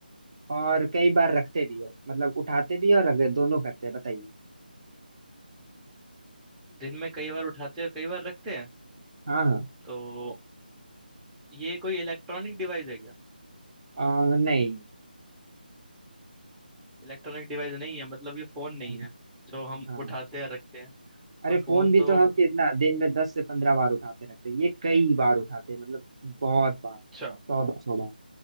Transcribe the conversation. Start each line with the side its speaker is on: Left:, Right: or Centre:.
Right: और कई बार रखते भी है मतलब उठाते भी है और रख दे- दोनों करते हैं बताइए
Centre: दिन में कई बार उठाते हैं कई बार रखते हैं
Right: हाँ हाँ
Centre: तो ये कोई इलेक्ट्रॉनिक डिवाइस है क्या
Right: आ, नहीं
Centre: इलेक्ट्रॉनिक डिवाइस नहीं है मतलब ये फोन
Right: नहीं
Centre: नहीं है जो हम
Right: हाँ
Centre: उठाते हैं रखते हैं
Right: अरे
Centre: तो फोन
Right: फोन भी
Centre: तो
Right: तो हम कितना दिन में दस से पंद्रह बार उठाते रखते हैं ये कई बार उठाते हैं मतलब बहुत बार सौ
Centre: अच्छा
Right: दो सौ बार